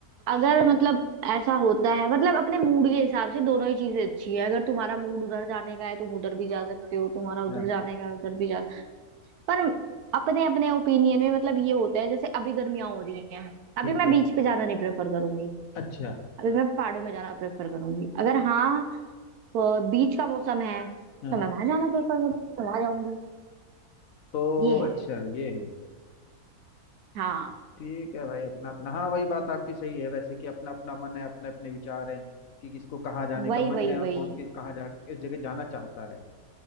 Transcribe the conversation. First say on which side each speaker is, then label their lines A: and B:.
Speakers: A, on the right (about 80°); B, on the left (about 65°).
A: अगर मतलब ऐसा होता है मतलब अपने मूड के हिसाब से दोनों ही चीजें अच्छी है अगर तुम्हारा मूड उधर जाने का है तुम उधर भी जा सकते हो तुम्हारा उधर
B: हाँ
A: जाने का है उधर भी जा पर अपने अपने ओपिनियन में मतलब ये होता है जैसे अभी गर्मियां हो रही हैं अभी
B: ठीक
A: मैं
B: है
A: बीच पे जाना नहीं प्रेफर करूंगी
B: अच्छा
A: अभी मैं पहाड़ों में जाना प्रेफर करूंगी अगर हाँ बीच का मौसम है तो
B: हाँ
A: मैं वहां जाना प्रेफर करूंगी तो वहां जाऊंगी
B: तो
A: ये है
B: अच्छा ये है
A: हाँ
B: ठीक है भाई अपना अपना हाँ वही बात आपकी सही है वैसे कि अपना अपना मन है अपने अपने विचार हैं कि किसको कहाँ जाने का
A: वही
B: मन
A: वही
B: है और
A: वही
B: कौन किस कहाँ जा किस जगह जाना चाहता है